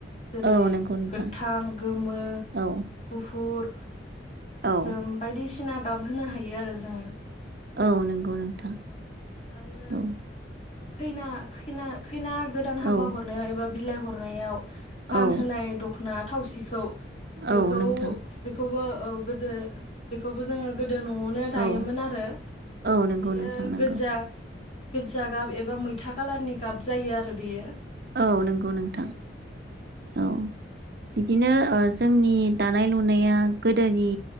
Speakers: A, on the left (about 35°); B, on the right (about 55°).
A: जेरै
B: औ नंगौ नोंथां
A: गोथां, गोमो,
B: औ
A: गुफुर गोसोम
B: औ
A: बायदिसिना गाबहोनो हायो आरो जोङो।
B: औ नंगौ नोंथां
A: औ आरो
B: औ।
A: खैना खैना खैना गोदान हाबा
B: औ
A: हरनायाव एबा बिलाइ हरनायाव गानहोनाय
B: औ
A: दख'ना थावसिखौ बेखौ
B: औ नोंथां
A: बेखौबो औ गोदो बेखौबो जोङो गो गोदो न'आवनो दायोमोन
B: औ
A: आरो
B: औ नंगौ
A: बेयो
B: नोंथां नंगौ
A: गोजा गोदजा गाब एबा मैथा खालारनि गाब जायो आरो बेयो। औ
B: औ नंगौ नोंथां
A: नंगौ नोंथां।
B: औ बिदिनो ओ जोंनि दानाय लुनाया गोदोनि